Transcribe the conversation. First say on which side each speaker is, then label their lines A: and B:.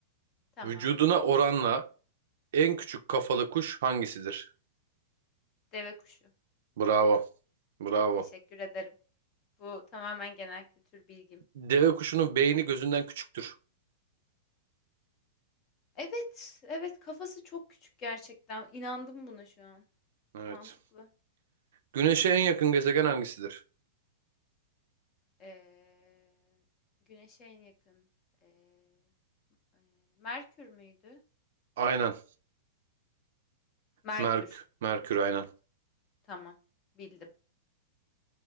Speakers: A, on the left; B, on the right.
A: Tamam.
B: Vücuduna oranla en küçük kafalı kuş hangisidir?
A: Deve kuşu.
B: Bravo. Bravo.
A: Teşekkür ederim. Bu tamamen genel kültür bilgim.
B: Deve kuşunun beyni gözünden küçüktür.
A: Evet, evet kafası çok küçük gerçekten. İnandım buna şu an.
B: Evet.
A: Mantıklı.
B: Güneşe en yakın gezegen hangisidir?
A: Ee, güneşe en yakın. Ee, e, Merkür müydü?
B: Aynen.
A: Merkür.
B: Merk Merkür aynen.
A: Tamam. Bildim.